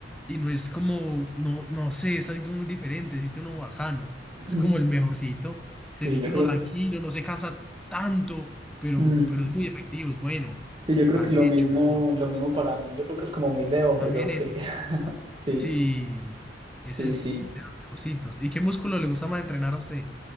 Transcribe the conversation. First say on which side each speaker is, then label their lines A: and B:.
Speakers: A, in the centre; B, on the right.
A: Y no es como, no, no sé, es algo muy diferente, se siente uno bacano.
B: <clears throat>
A: Es como el mejorcito. Se
B: Sí,
A: siente
B: yo creo,
A: uno tranquilo, no se cansa tanto, pero,
B: mm,
A: pero es muy efectivo, es bueno.
B: sí, yo creo
A: Para
B: que
A: el
B: lo
A: pecho,
B: mismo,
A: ¿no?
B: lo mismo para mí. Yo creo que es como muy de hombres,
A: También
B: ok.
A: ese.
B: <laughs> Sí,
A: Sí, ese
B: sí,
A: es
B: sí.
A: de los mejorcitos. ¿Y qué músculo le gusta más entrenar a usted